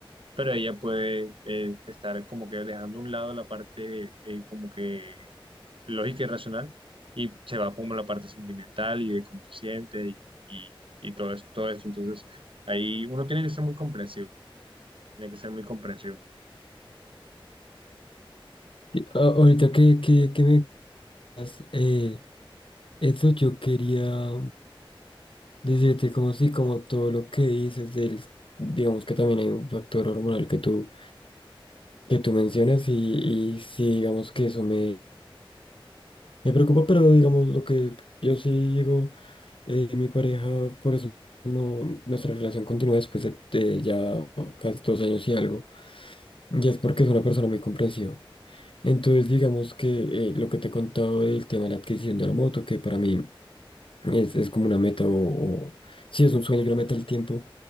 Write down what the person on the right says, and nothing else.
pero ella puede eh, estar como que dejando a un lado la parte eh, como que lógica y racional y se va como la parte sentimental y de cómo se siente y, y, y todo esto, todo esto. Entonces, ahí uno tiene que ser muy comprensivo, tiene que ser muy comprensivo.